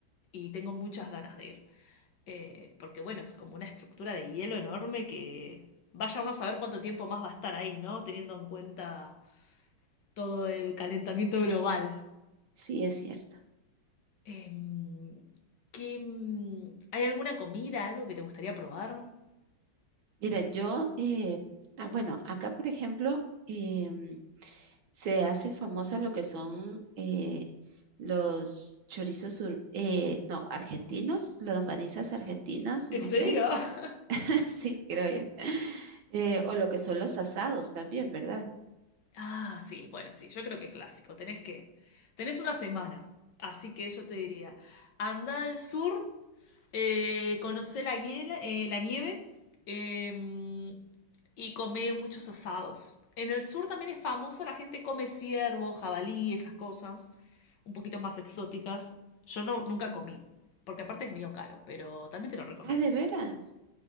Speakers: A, on the left; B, on the right.
A: y tengo muchas ganas de ir. Eh, porque bueno, es como una estructura de hielo enorme que vaya uno a saber cuánto tiempo más va a estar ahí, ¿no? Teniendo en cuenta todo el calentamiento global.
B: sí es cierto.
A: Em, ¿qué, mm, ¿hay alguna comida, algo que te gustaría probar?
B: Mira, yo, eh, ah, bueno, acá por ejemplo, em, se hace famosa lo que son eh, los chorizos, ur, eh, no, argentinos, las longanizas argentinas,
A: ¿En
B: no
A: serio?
B: sé,
A: <laughs>
B: <laughs> sí, creo yo, Eh, o lo que son los asados también, ¿verdad?
A: Ah, sí, bueno, sí, yo creo que clásico. Tenés que, tenés una semana, así que yo te diría, anda al sur, eh, conocé la, hiel- eh, la nieve eh, y comé muchos asados. En el sur también es famoso, la gente come ciervo, jabalí, esas cosas, un poquito más exóticas. Yo no, nunca comí, porque aparte es medio caro, pero también te lo recomiendo.
B: Ah, de veras.